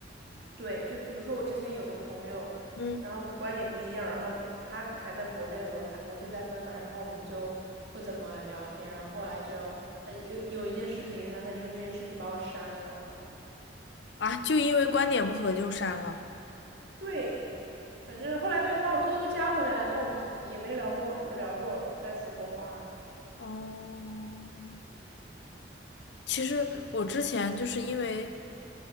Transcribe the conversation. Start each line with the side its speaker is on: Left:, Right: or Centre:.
Right: 对，就比如说我之前有个朋友，
Left: 嗯，
Right: 然后我们观点不一样，然后他还在国内，我还我就在芬兰，然后我们就不怎么聊天，然后后来就他有有一件事情，然后他因为这件事情把我删了。
Left: 啊，就因为观点不合就删了。
Right: 对，反正后来他又把我偷偷加回来了，但我们也没聊过聊过再说过话。
Left: 哦，其实我之前就是因为